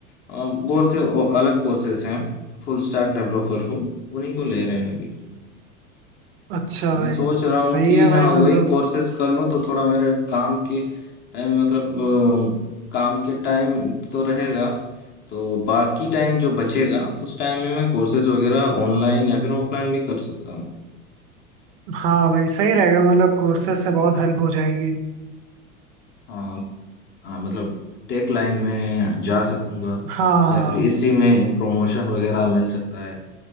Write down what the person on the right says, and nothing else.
अच्छा
भाई
सही
है भाई
मतलब
हाँ भाई सही रहेगा मतलब कोर्सेज से बहुत हेल्प हो जाएगी
हाँ हाँ